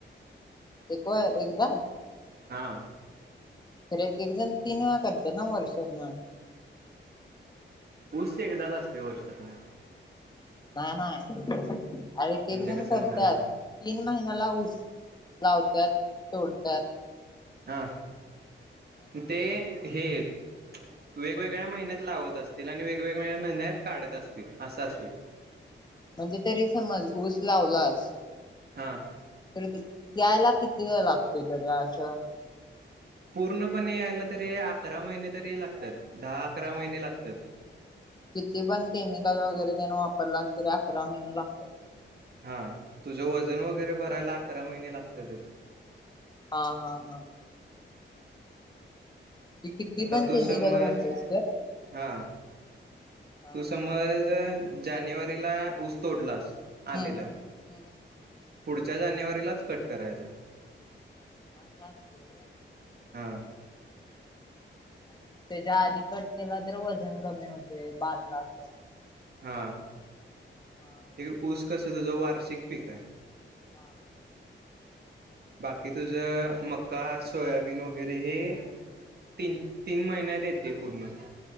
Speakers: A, on the left (about 20°); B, on the right (about 55°).
A: एक एकदा.
B: हा.
A: तरर एक एकदण तीन वेळा करतात ना वरसवरन.
B: ऊस एकदाच असते वर्षातन.
A: नाही नाही एक
B: म्हणजे
A: एक जण
B: कसं
A: करतात
B: म्हणालाय
A: तीन महिन्या ला होऊस. लावतत तोडतत.
B: हा ते हे य..
A: ह.
B: वेगवेगळ्या महिन्यात लावत असतील आणि वेगवेगळ्या महिन्यात काढत असतील असं असेल.
A: म्हणजे तरी समज ऊस लावलास
B: हा
A: त.. यायला किती वेळ लागते तरी असं.
B: पूर्णपणे यायला तरी अकरा महिने तरी लागतात दहा अकरा महिने लागतात.
A: किती पण केमिकल वगैरे त्यांने वापरला अस तरी अकरा महिने लागत.
B: हा तुझं वजन वगैरे भरायला अकरा महिने लागतातच.
A: हा हा हा. म्हणजे किती
B: आता
A: पण
B: तू
A: केमिकल
B: स मज
A: घातलेस तर
B: हा..
A: हा
B: तू समज जानेवारीला ऊस तोडलास.. आलेला
A: हम्म हम्म.
B: पुढच्या जानेवारीलाच कट करायचा
A: ह सस्ते
B: हा
A: आणि मग त्याच्या आधी कट केला तर वजन कमी होते बालकाचा
B: हा
A: हा
B: हे ऊस कस त ज वार्षिक पीक आहे
A: हा
B: बाकी तुझ मक्का सोयाबीन वगैरे हे तीन तीन महिन्यात येते पूर्ण